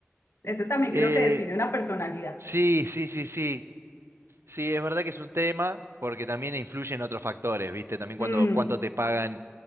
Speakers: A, on the left; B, on the right.
A: Eso también
B: Eh,
A: creo que define una personalidad.
B: sí, sí, sí, sí. Sí, es verdad que es un tema porque también influyen otros factores, ¿viste? También cuando,
A: Mm,
B: cuánto te pagan